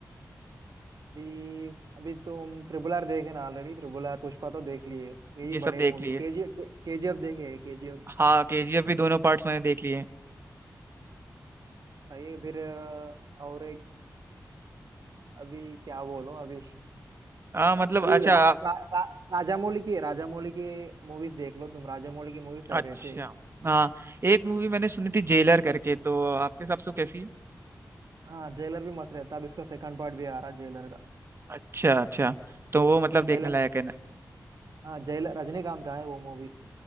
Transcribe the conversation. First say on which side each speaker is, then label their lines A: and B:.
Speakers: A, on the right (about 65°); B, on the right (about 40°).
A: अभी अभी तुम ट्रिपल आर देखे ना ऑलरेडी ट्रिपल आर पुष्पा तो देख लिए यही
B: ये सब
A: बड़े
B: देख
A: मूवीज
B: लिए
A: केजी केजीएफ देखे केजीएफ
B: हाँ केजीएफ भी दोनों पार्ट्स मैंने देख लिए
A: सही है। फिर अ, और एक अभी क्या बोलूं अभी
B: हाँ मतलब
A: अभी
B: अच्छा
A: रा,
B: आप-
A: रा, रा, राजामौली की राजामौली की मूवीज देख लो तुम राजामौली की मूवीज सही
B: अच्छा
A: रहते
B: हाँ एक मूवी मैंने सुनी थी जेलर करके तो आपके हिसाब से वो कैसी
A: हाँ जेलर भी मस्त रहता अब इसका सेकंड पार्ट भी आ रहा जेलर का
B: अच्छा अच्छा तो वो मतलब देखने
A: जेलर
B: लायक है ना
A: हाँ जेलर रजनीकांत का है वो मूवी